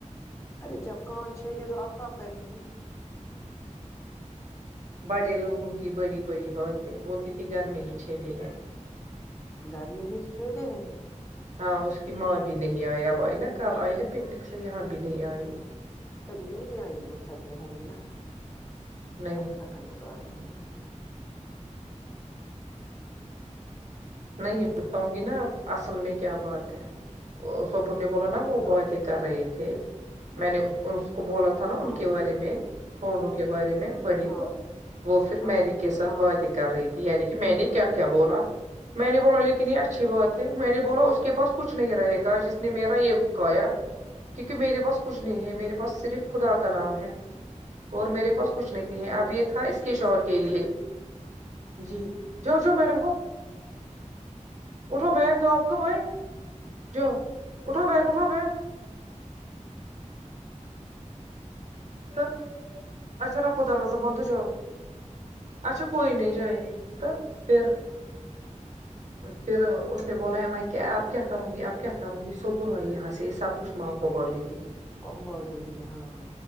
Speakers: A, on the left; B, on the right.
A: ارے جب کان چھیدے تو آپ کب کریں گی
B: بڑے لوگوں کی بڑی بڑی باتیں بولتی تھی گھر میں ہی چھید ے ہیں
A: گھر میں ہی چھیدے ہے
B: ہاں اس کی ماں بھی نہیں آئی اب آئی نا کل آئی نا پکنک سے یہاں بھی نہیں آئی
A: ابھی نہیں آئی وہ تھکے ہوں گے نا
B: نہیں
A: اب تھکن اتار رہی ہوں گی
B: نہیں بتاؤں گی نا اب اصل میں کیا بات ہے وہ سبور نے بولا نا
A: کوئی
B: وہ
A: پرابلم
B: باتیں کر رہے تھے میں نےاس کواس کو بولا تھا
A: ہاں
B: نا ان کے بارے میں پاؤنو کے بارے میں بڑی
A: ہاں
B: کو
A: ہاں
B: وہ پھر
A: ہاں
B: میری کے ساتھ
A: ہاں
B: باتیں
A: ہاں
B: کر رہی تھی یعنی کہ میں نے کیا کیا بولا میں نے بولا لیکن یہ اچھی بات ہے میں نے بولا اس کے پاس کچھ نہیں رہے گا جس نے میرا یہ کایا کیونکہ میرے پاس کچھ
A: ٹھیک
B: نہیں ہے میرے پاس صرف خدا کا نام ہے اور میرے پاس کچھ نہیں
A: اللہ
B: ہے اب
A: بہتر
B: یہ تھا
A: کرے
B: اس کے
A: گا
B: شوہر
A: سب
B: کے لیے جی جو جو میڈم کو اٹھا بیگ آپ کب آئے جو اٹھا بیگ اٹھا بیگ تو اچھا رکو دروازہ بند ہے جاؤ اچھا کوئی نہیں جائے تو پھر پھر اس نے بولا ہے میں کہ اب کیا کروں گی اب کیا کروں گی سو بروائی یہاں سے سب کچھ ماں کو بولے گی
A: اور واجب بھی ہاں